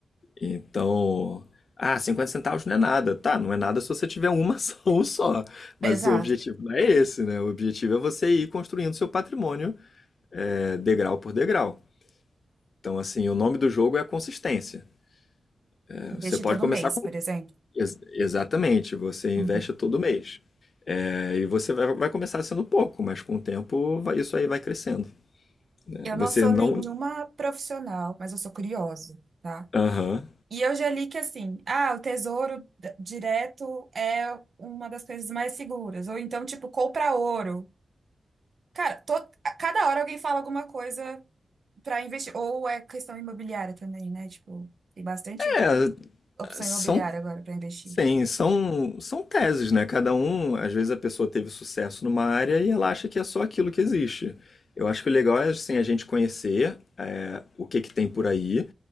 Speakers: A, on the left; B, on the right.
A: Então, ah, 50 centavos não é nada. Tá, não é nada se você tiver uma <laughs> ação só. Mas
B: Exato.
A: o objetivo não é esse, né? O objetivo é você ir construindo seu patrimônio é, degrau por degrau. Então, assim, o nome do jogo é a consistência. É, Você
B: Investir
A: pode
B: todo
A: começar
B: mês,
A: com.
B: por exemplo.
A: Ex exatamente, você investe
B: Uhum.
A: todo mês. É, e você vai, vai, começar sendo pouco, mas com o tempo vai, isso aí vai crescendo. É,
B: Eu
A: Você
B: não sou
A: não.
B: nenhuma profissional, mas eu sou curiosa, tá?
A: Aham.
B: E eu já li que assim, ah, o tesouro d- direto é uma das coisas mais seguras. Ou então, tipo, compra ouro. Cara, to- a cada hora alguém fala alguma coisa pra investir. Ou é questão imobiliária também, né? Tipo, tem bastante
A: Uhum.
B: opção
A: São.
B: imobiliária agora pra investir.
A: Sim, são, são teses, né? Cada um, às vezes a pessoa teve sucesso numa área e ela acha que é só aquilo que existe. Eu acho que o legal é assim, a gente conhecer é, o que, que tem por aí,